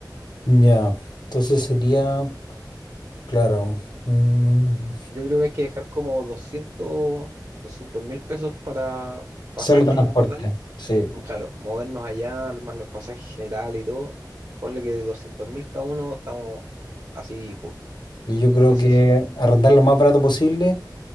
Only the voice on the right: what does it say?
Yo creo que hay que dejar como doscientos doscientos mil pesos para pasajes
en total
Claro, movernos allá, más los pasajes generales y todo, ponle que de doscientos mil cada uno estamos así justo,
preciso.